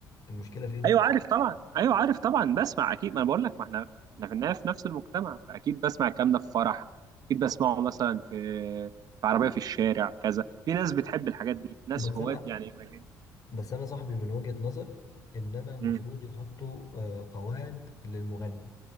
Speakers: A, on the left; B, on the right.
A: المشكله فين
B: ايوه عارف طبعا ايوه عارف طبعا بسمع اكيد ما انا بقول لك ما احنا احنا في النهايه في نفس المجتمع فاكيد بسمع الكلام ده في فرح اكيد بسمعه مثلا في في عربيه في الشارع كذا في ناس بتحب الحاجات دي ناس
A: بس
B: هواة
A: انا
B: يعني مجال
A: بس انا صاحبي من وجهه نظري ان انا المفروض
B: مم.
A: يحطوا آه، قواعد للمغني